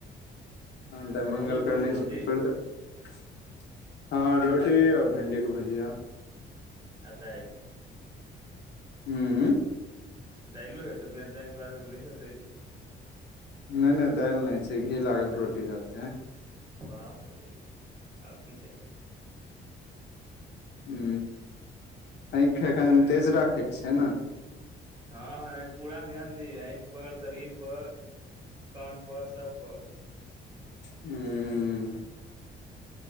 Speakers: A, on the left; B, on the right.
A: तहन त आय
B: तोहर
A: मंगल
B: सब की
A: करने
B: होइ छै रोटी
A: छी त तोईर दबही। हँ रोटी आऔर भिणडी के भूजिया
B: आ दाईल।
A: हू।
B: दाइलो हेतो बिना दाईल के तोरा सभ के नय ससरय छै
A: नहि नहि दालि नहि छै घी लागल रोटी रहते।
B: बापरे आउ कि छैए
A: हू
B: करकराइत
A: आँखि एखन तेज राखै छै ने
B: ह ह ए पूरा ध्यान देही आँखि पर शरीर पर कान पर सभ पर
A: हू